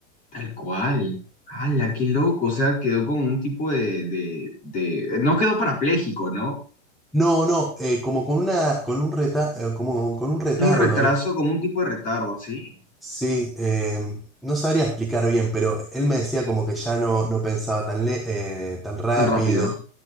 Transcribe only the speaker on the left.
Tal cual. ¡Hala! ¡Qué loco! O sea, quedó con un tipo de, de, de- No quedó parapléjico, ¿no?
Un retraso,
como un tipo de retardo, así.
Tan rápido.